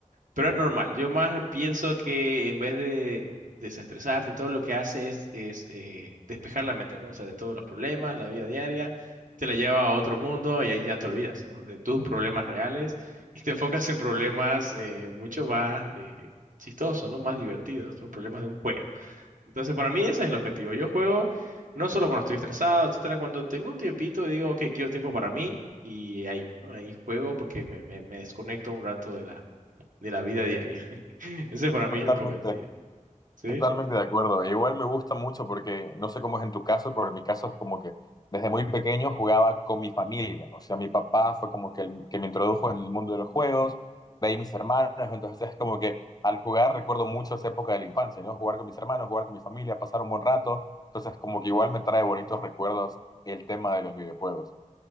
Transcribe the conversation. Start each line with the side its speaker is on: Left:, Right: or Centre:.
Right: pero es normal. Yo más pienso que en vez de desestresarte, todo lo que hace es, es eh, despejar la mente, ¿no? O sea, de todos los problemas, la vida diaria, te la lleva a otro mundo y ahí ya te olvidas, ¿no? De tus problemas reales <laughs> y te enfocas en problemas eh, mucho más eh, chistosos, ¿no? Más divertidos, ¿no? Problemas de un juego. Entonces, para mí ese es el objetivo. Yo juego no solo cuando estoy estresado, etcétera, cuando tengo un tiempito y digo, ok, quiero tiempo para mí y ahí, ¿no? Ahí juego porque me, me, me desconecto un rato de la, de la vida diaria. <laughs> Ese para mí
Left: Totalmente.
Right: es el cometido, ¿sí?
Left: Totalmente de acuerdo. E Igual me gusta mucho porque no sé cómo es en tu caso, pero en mi caso es como que desde muy pequeño jugaba con mi familia. O sea, mi papá fue como que el que me introdujo en el mundo de los juegos, de ahí mis hermanos. Entonces es como que al jugar recuerdo mucho esa época de la infancia, ¿no? Jugar con mis hermanos, jugar con mi familia, pasar un buen rato. Entonces como que igual me trae bonitos recuerdos el tema de los videojuegos.